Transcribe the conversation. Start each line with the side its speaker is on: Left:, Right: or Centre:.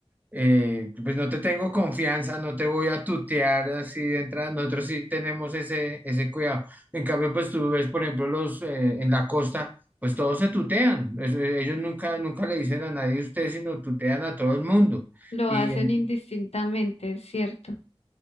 Right: eh, pues no te tengo confianza, no te voy a tutear así de entrada. Nosotros sí tenemos ese, ese cuidado. En cambio, pues tú ves, por ejemplo, los eh, en la costa, pues todos se tutean. Es- eh, ellos nunca, nunca le dicen a nadie usted, sino tutean a todo el mundo.
Left: Lo
Right: Y,
Left: hacen
Right: en-
Left: indistintamente, es cierto.